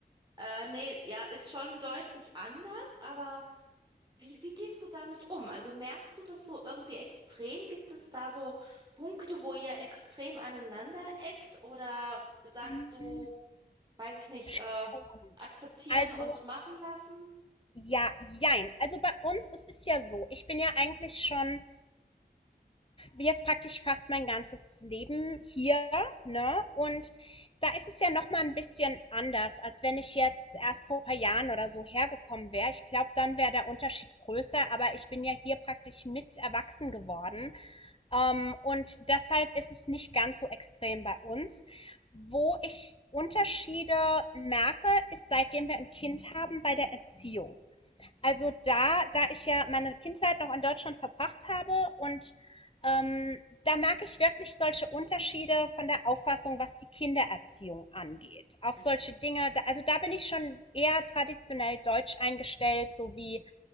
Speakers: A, on the right (about 25°); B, on the left (about 30°).
A: äh, nee, ja, ist schon deutlich anders, aber wie, wie gehst du damit um? Also merkst du das so irgendwie extrem? Gibt es da so Punkte, wo ihr extrem aneinander eckt? Oder sagst
B: Hm,
A: du, weiß ich nicht, äh,
B: schon.
A: akzeptieren
B: Also,
A: und machen lassen?
B: ja, jein. Also bei uns, es ist ja so, ich bin ja eigentlich schon jetzt praktisch fast mein ganzes Leben hier, ne? Und da ist es ja noch mal ein bisschen anders, als wenn ich jetzt erst vor ein paar Jahren oder so hergekommen wäre. Ich glaube, dann wäre der Unterschied größer, aber ich bin ja hier praktisch mit erwachsen geworden Ähm, und deshalb ist es nicht ganz so extrem bei uns. Wo ich Unterschiede merke, ist seitdem wir ein Kind haben bei der Erziehung. Also da, da ich ja meine Kindheit noch in Deutschland verbracht habe und ähm, da merke ich wirklich solche Unterschiede von der Auffassung, was die Kindererziehung angeht. Auch
A: Mhm.
B: solche Dinge, also da bin ich schon eher traditionell deutsch eingestellt, so wie